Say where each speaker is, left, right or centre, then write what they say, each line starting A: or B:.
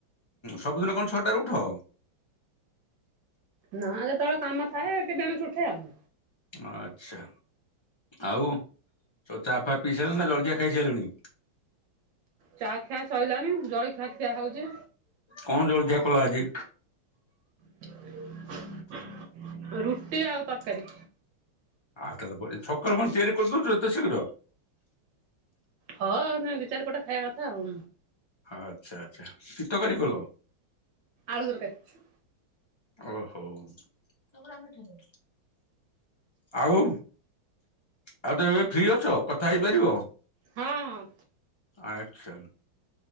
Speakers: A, on the left (about 25°); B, on the right (about 70°).
A: ସବୁଦିନ କଣ ଛଅଟା ରେ ଉଠ।
B: ନା ଯେତେବେଳେ କାମ ଥାଏ ଟିକେ ବେଣୁଶୁ ଉଠେ ଆଉ।
A: ଆଛା ଆଉ ସବୁ ଚାଫା ପିଇ ସାଇଲଣି ନା ଜଳଖିଆ ଖାଇସାଇଲଣି।
B: ଚା ଖିଆ ସଇଲାଣି। ଜଳଖିଆ ଖିଆ ହଉଛି।
A: କଣ ଜଳଖିଆ କଲ ଆଜି।
B: <unintelligible> ରୁଟି ଆଉ ତରକାରୀ।
A: ଆଉ ତାହେଲେ ବଢିଆ ସକାଳୁ କଣ ତିଆରି କରିଦଉଛ ଏତେ ଶୀଘ୍ର।
B: ହଁ ଦି ଚାରିପଟ ଖାଇବା କଥା ଆଉ।
A: ଆଚ୍ଛା ଆଚ୍ଛା କିତକାରୀ କଲ।
B: ଆଳୁ ତରକାରି।
A: ଓହୋ। <unintelligible> ଆଉ। ଆଉ ତ ଏବେ ଫ୍ରି ଅଛ। କଥା ହେଇପାରିବ
B: ହଁ ହଁ
A: ଆଛା